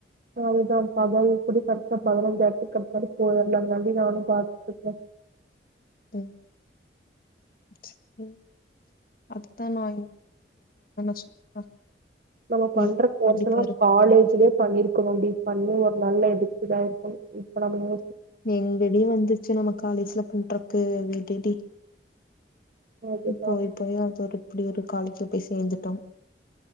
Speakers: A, on the right; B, on the left.
A: அதுதா பகல் குட கரெக்ட்டா பதநஞ்சாயிரத் கம்பனி போயிரலான்தான்டி நானு பாத்துருக்கே
B: ம் சரி அதுதா நா <unintelligible>
A: நம்ம
B: நீ
A: பண்ற
B: வந்து
A: கோர்ஸ்
B: பண்ணிப்பாரு
A: எல்லா நம் காலேஜ்லே பண்ணிருக்கணோ டி பண்ணி ஒரு நல்ல இதுக்குட இருக்கனு இப்ப நம்ம யோ
B: எங்கடி வந்துச்சு நம்ம காலேஜ்ல பண்றக்கு டிடி
A: அதுதான்
B: போய் போய அது ஒரு இப்படி ஒரு காலேஜ் போய் சேந்துட்டோ